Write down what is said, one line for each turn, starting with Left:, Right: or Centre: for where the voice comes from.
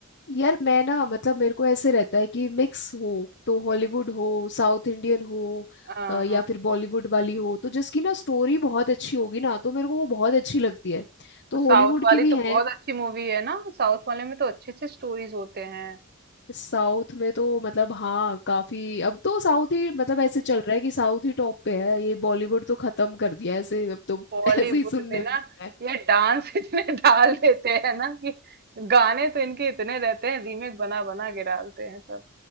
Left: यार मैं ना मतलब मेरे को ऐसे रहता है कि मिक्स हो तो हॉलीवुड हो साउथ इंडियन हो
Right: हाँ
Left: अ, या
Right: हाँ
Left: फिर बॉलीवुड वाली हो तो जिसकी ना स्टोरी बहुत अच्छी होगी ना तो मेरे को वो बहुत अच्छी लगती है तो
Right: तो साउथ
Left: हॉलीवुड
Right: वाली
Left: की भी
Right: तो
Left: है
Right: बहुत अच्छी मूवी है ना साउथ वाले में तो अच्छे अच्छे स्टोरीज होते हैं
Left: साउथ में तो मतलब हाँ काफी अब तो साउथ ही मतलब ऐसे चल रहा है कि साउथ ही टॉप पे है ये बॉलीवुड तो खत्म कर दिया है ऐसे अब तो
Right: बॉलीवुड
Left: <laughs> ऐसे ही सुनने
Right: में ना
Left: में आता है
Right: ये डांस <laughs> इतने डाल देते हैं ना कि गाने तो इनके इतने रहते हैं रीमेक बना बना के डालते हैं सब